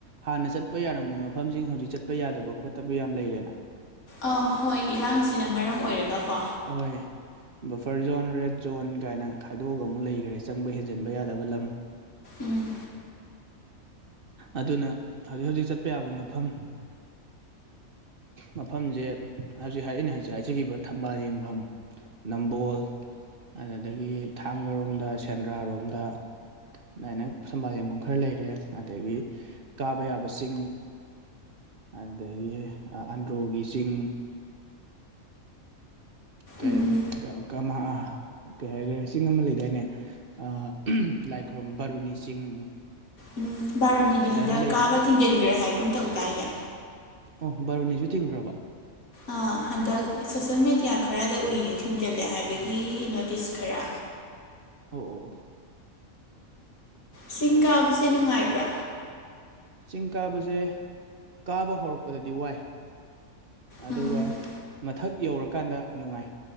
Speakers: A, on the right; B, on the left.
A: ꯍꯥꯟꯅ ꯆꯠꯄ ꯌꯥꯔꯝꯕ ꯃꯐꯝꯁꯤꯡ ꯍꯧꯖꯤꯛ ꯆꯠꯄ ꯌꯥꯗꯕ ꯈꯣꯠꯇꯕ ꯌꯥꯝ ꯂꯩꯔꯦꯅ
B: ꯑꯧ ꯍꯣꯏ ꯏꯔꯥꯡꯁꯤꯅ ꯃꯔꯝ ꯑꯣꯏꯔꯒ ꯀꯣ
A: ꯑꯣꯍꫭꯏ ꯕꯐꯔ ꯖꯣꯟ ꯔꯦꯗ ꯖꯣꯟ ꯀꯥꯏꯅ ꯈꯥꯏꯗꯣꯛꯑꯒ ꯑꯃꯨꯛ ꯂꯩꯒ꯭ꯔꯦ ꯆꯪꯕ ꯍꯦꯟꯖꯟꯕ ꯌꯥꯗꯕ ꯂꯝ
B: ꯎꯝ
A: ꯑꯗꯨꯅ ꯍꯧꯖꯤꯛ ꯍꯧꯖꯤꯛ ꯆꯠꯄ ꯌꯥꯕ ꯃꯐꯝ ꯃꯐꯝꯁꯦ ꯍꯧꯖꯤꯛ ꯑꯩꯅ ꯍꯧꯖꯤꯛ ꯍꯥꯏꯖꯈꯤꯕ ꯊꯝꯕꯥꯜ ꯌꯦꯡꯐꯝ ꯅꯝꯕꯣꯜ ꯑꯗꯨꯗꯒꯤ ꯊꯥꯡꯒꯔꯣꯝꯗ ꯁꯦꯟꯗ꯭ꯔꯥꯔꯣꯝꯗ ꯑꯗꯥꯏꯅ ꯊꯝꯕꯥꯜ ꯌꯦꯡꯐꯝ ꯈꯔ ꯂꯩꯔꯦ ꯑꯗꯒꯤ ꯀꯥꯕ ꯌꯥꯕ ꯆꯤꯡ ꯑꯗꯒꯤ ꯑꯟꯗ꯭ꯔꯣꯒꯤ ꯆꯤꯡ ꯀꯩꯑꯕ
B: ꯎꯝ
A: ꯀꯩ ꯍꯥꯏꯈꯔꯦ ꯆꯤꯡ ꯑꯃ ꯂꯩꯗꯥꯏꯅꯦ ꯑꯥ ꯂꯥꯏꯈꯨꯔꯝ ꯕꯥꯔꯨꯅꯤ ꯆꯤꯡ
B: ꯎꯝ ꯕꯥꯥꯔꯨꯅꯤꯗꯤ
A: ꯑꯗꯨꯃꯥꯏꯅ
B: ꯍꯟꯗꯛ
A: ꯂꯩꯗꯅ
B: ꯀꯥꯕ ꯊꯤꯡꯖꯤꯟꯒ꯭ꯔꯦ ꯍꯥꯏꯒꯨꯝ ꯇꯧꯗꯥꯏꯅꯦ
A: ꯑꯣ ꯕꯥꯔꯨꯅꯤꯖꯨ ꯊꯤꯡꯒ‍꯭ꯔꯕ
B: ꯑꯥ ꯍꯟꯗꯛ ꯁꯣꯁꯦꯜ ꯃꯦꯗꯤꯌꯥ ꯈꯔꯗ ꯎꯏ ꯊꯤꯡꯖꯤꯜꯂꯦ ꯍꯥꯏꯕꯒꯤ ꯅꯣꯇꯤꯁ ꯈꯔ
A: ꯑꯣ ꯑꯣ ꯑꯣ
B: ꯆꯤꯡ ꯀꯥꯕꯁꯦ ꯅꯨꯡꯉꯥꯏꯕ꯭ꯔꯥ
A: ꯆꯤꯡ ꯀꯥꯕꯁꯦ ꯀꯥꯕ ꯍꯧꯔꯛꯄꯗꯗꯤ ꯋꯥꯏ ꯑꯗꯨꯒ
B: ꯎꯝ
A: ꯃꯊꯛ ꯌꯧꯔꯀꯥꯟꯗ ꯅꯨꯡꯉꯥꯏ